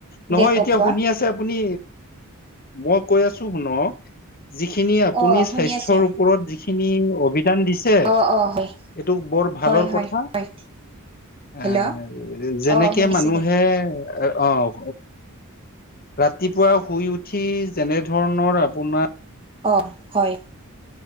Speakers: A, on the left; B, on the right.
A: নহয়
B: দে কবা
A: এতিয়া শুনি আছে আপুনি মই কৈ আছো শুন যিখিনি আপুনি
B: অ শুনি
A: স্বাস্থ্যৰ
B: আছো দে
A: ওপৰত যিখিনি অভি দিছে
B: অ অ হয়
A: এইটো বৰ ভালৰ
B: হয় হয়
A: কথা।
B: হয় হেল্ল'
A: এ যেনেকে
B: অ শুনিছে
A: মানুহে
B: দে
A: অহ, ৰাতিপুৱা শুই উঠি যেনে ধৰণৰ আপোনাৰ
B: অ, হয়